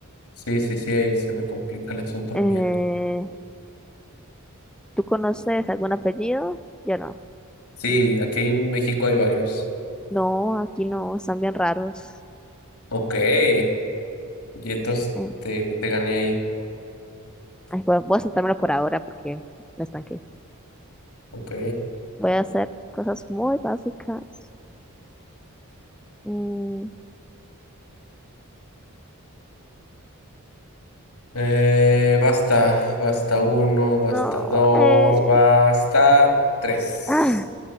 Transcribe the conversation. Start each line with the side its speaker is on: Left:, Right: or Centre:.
Left: sí, sí, sí, ahí se me complica el asunto
Centre: Eh,
Left: a mí aquí.
Centre: ¿tú conoces algún apellido? Yo no.
Left: Sí, aquí en México hay varios.
Centre: No, aquí no, están bien raros.
Left: Ok, y entonces
Centre: Eh,
Left: te, te gané ahí.
Centre: ay, voy, a voy a saltármelo por ahora porque me estanqué.
Left: Ok.
Centre: Voy a hacer cosas muy básicas. Mm,
Left: Eh, basta, basta uno, basta
Centre: no,
Left: dos,
Centre: eh,
Left: basta tres.
Centre: ah,